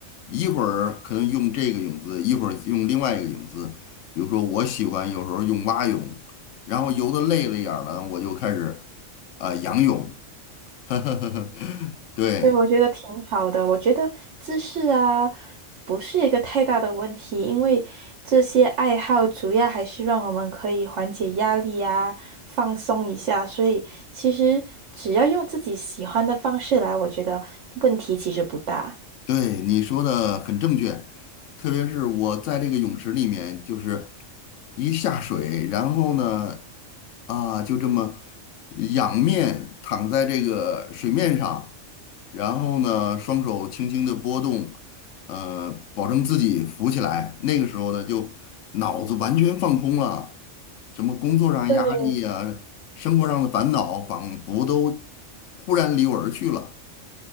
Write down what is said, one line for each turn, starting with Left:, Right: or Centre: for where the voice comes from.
Left: 一会儿可能用这个泳姿，一会儿用另外一个泳姿。比如说，我喜欢有时候用蛙泳，然后游的累了一点儿了，我就开始啊、呃、仰泳。<laughs> 对，
Right: 对，我觉得挺好的。我觉得姿势啊，不是一个太大的问题，因为这些爱好主要还是让我们可以缓解压力啊，放松一下。所以其实只要用自己喜欢的方式来，我觉得问题其实不大。
Left: 对，你说的很正确，特别是我在这个泳池里面，就是一下水，然后呢，啊，就这么仰面躺在这个水面上，然后呢，双手轻轻的拨动，呃，保证自己浮起来。那个时候呢，就脑子完全放空了，什么工作上压力啊，
Right: 对，
Left: 生活上的烦恼，仿佛都忽然离我而去了。